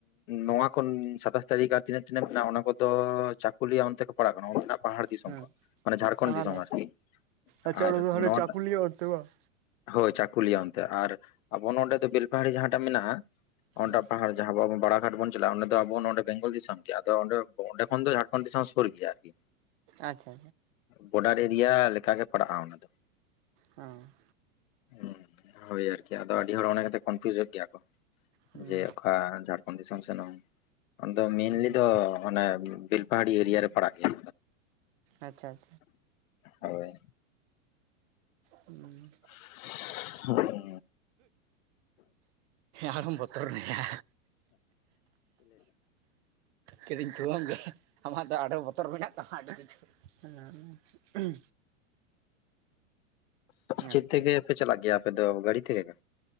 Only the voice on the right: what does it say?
ᱦᱮᱸ
ᱚᱱᱟ
ᱫᱚ
ᱟᱪᱪᱷᱟ
ᱚᱱᱟ ᱫᱚ ᱦᱟᱱᱮ
ᱪᱟᱹᱠᱩᱞᱤᱭᱟᱹ
ᱚᱱᱛᱮ ᱵᱟᱝ
ᱦᱩᱸ
ᱟᱪᱪᱷᱟ ᱟᱪᱪᱷᱟ
ᱚᱸ
ᱦᱩᱸ
ᱦᱩᱸ
ᱟᱪᱪᱷᱟ ᱟᱪᱪᱷᱟ
ᱦᱩᱸ
ᱦᱟᱲᱚᱢ ᱵᱚᱛᱩᱨᱮᱱᱟᱭᱟ᱾ ᱠᱤᱫᱤᱧ ᱜᱮ ᱟᱢᱟᱜ ᱫᱚ ᱟᱹᱰᱤ ᱜᱮ ᱵᱚᱛᱚᱨ ᱢᱮᱱᱟᱜ ᱛᱟᱢᱟ᱾ ᱟᱹᱰᱤ ᱠᱤᱪᱷᱩ ᱦᱮᱸ᱾ <unintelligible>
ᱟᱪᱪᱷᱟ
ᱟᱪᱪᱷᱟ